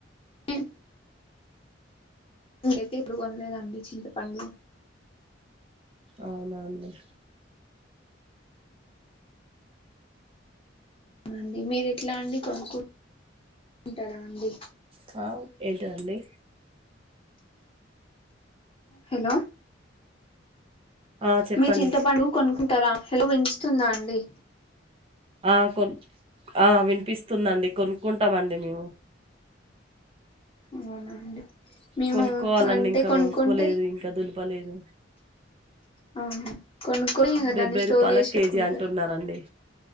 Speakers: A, on the left (about 30°); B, on the right (about 30°).
A: నేమ్ ఉమ్ కైతే ఎప్పుడు కొనలేదండి చింతపండు
B: అవునా అండి
A: ఉంది మీరు ఎట్లా అండి కొనుకు కుంటారా అండి
B: రవ్ ఏంటండి
A: హలో
B: ఆ చెప్పండి
A: మీర్ చింతపండు కొనుకుంటారా హలో వినిపిస్తుందా అండి
B: ఆ కొన్ ఆ వినిపిస్తుందండి కొనుక్కుంటామండి మేము
A: అవునా అండి మేము
B: కొనుక్కోవాలండి
A: అంటే
B: ఇంకా
A: కొనుక్కుంటే
B: కొనుక్కోలేదు ఇంకా దులుపలేదు,
A: ఆ కొనుక్కొని ఇంగ
B: డెబ్బై
A: దాన్ని స్టోర్
B: రూపాయల
A: చేసి
B: కేజీ
A: పెట్టుకుంటారు
B: అంటున్నరండి